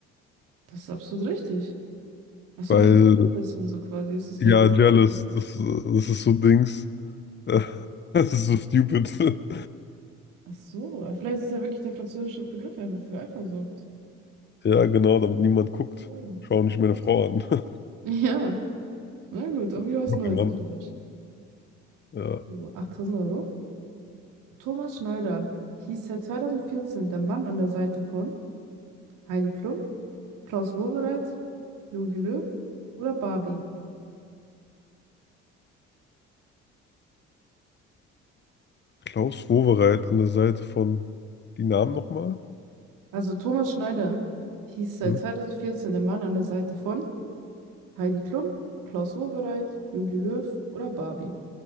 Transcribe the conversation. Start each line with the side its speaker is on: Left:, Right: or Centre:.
Right: Das ist absolut richtig. Ach so,
Left: weil,
Right: wegen Liebes und so quasi. Ist es der
Left: ja,
Right: französische
Left: jealous,
Right: Begriff?
Left: das, äh, das ist so Dings. <laughs> Äh, Das ist so stupid. <laughs>
Right: Ach so, ja, vielleicht ist ja wirklich der französische Begriff einfach für Eifersucht.
Left: Ja, genau, damit niemand guckt.
Right: So.
Left: Schau nicht
Right: <laughs>
Left: meine Frau an.
Right: Ja, na gut, auch
Left: <laughs>
Right: wieder was
Left: Mein
Right: Neues
Left: Mann.
Right: gelernt.
Left: Ja.
Right: So, 8000 Euro. Thomas Schneider hieß seit 2014 der Mann an der Seite von Heidi Klum, Klaus Wowereit, Jogi Löw oder Barbie?
Left: Klaus Wowereit an der Seite von, die Namen nochmal?
Right: Also Thomas Schneider hieß seit
Left: Hm?
Right: 2014 der Mann an der Seite von Heidi Klum, Klaus Wowereit, Jogi Löw oder Barbie.